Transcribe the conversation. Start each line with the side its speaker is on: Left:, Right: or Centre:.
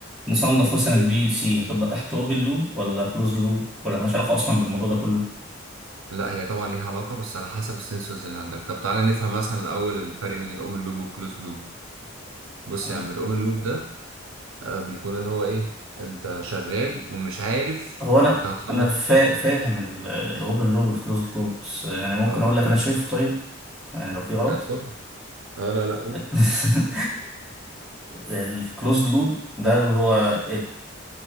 Centre: نصنف مثلا البي ال سي هتبقى تحت اوبن لوب ولا كلوز لوب ولا مالهاش علاقة أصلا بالموضوع ده كله
Right: لا هي طبعا ليها علاقة بس على حسب السنسورز اللي عندك طب تعالى نفهم مثلا الأول الفرق بين الأوبن لوب والكلوز لوب بص
Centre: يعني
Right: يا عم الأوبن لوب ده آه، بيكون اللي هو إيه أنت شغال ومش عارف
Centre: هو أنا
Right: أنت هتخلص
Centre: أنا فا... فاهم الأوبن لوب والكلوز لوب بس يعني ممكن
Right: أه
Centre: أقول
Right: أوكي
Centre: لك أنا شايفه طيب يعني لو في غلط
Right: آه، اتفضل أه لا لا قول
Centre: <laughs> الكلوزد لوب ده اللي هو